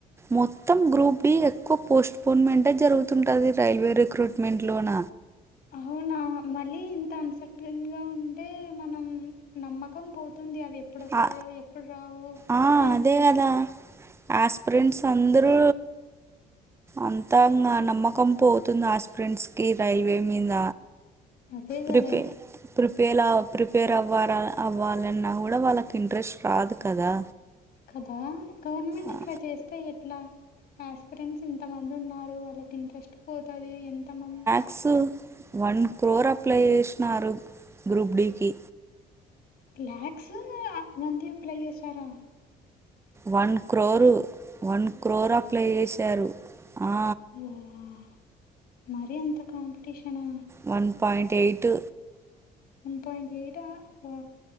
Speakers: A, on the right; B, on the left.
A: మొత్తం గ్రూప్ డి ఎక్కువ పోస్ట్ పొన్మెంటే జరుగుతుంటది రైల్వే రిక్రూట్మెంట్ లోన.
B: అవునా మళ్ళీ ఇంత అన్సర్టన్గా ఉంటే మనం నమ్మకం పోతుంది అవి ఎప్పుడు వస్తాయో,
A: ఆ
B: ఎప్పుడు రావో.
A: ఆ
B: మనకు
A: అదే
B: తెలీదు
A: గదా యాస్పిరెంట్స్ అందరూ అంతా ఇంగ నమ్మకం పోతుంది ఆస్పిరెంట్స్ కి రైల్వే మీద.
B: అదే
A: ప్రిపేర్
B: కదా
A: ప్రిపేల ప్రిపేర్ అవ్వారా అవ్వాలన్నా కూడా వాళ్ళకి ఇంట్రెస్ట్ రాదు కదా.
B: కదా గవర్నమెంట్
A: ఆ
B: ఇట్లా చేస్తే ఎట్లా యాస్పిరెంట్స్ ఇంత మంది ఉన్నారు వాళ్ళకి ఇంట్రెస్ట్ పోతది ఎంత మం
A: క్స్ వన్ క్రోర్ అప్లై చేశినారు గ్రూప్ డీకి.
B: లాక్స్ మంది అప్లై చేసారా
A: one crore one crore apply జేసారు ఆ
B: ఆ మరి అంత కాంపిటీషనా
A: one point eight
B: one point ఎయిటా హ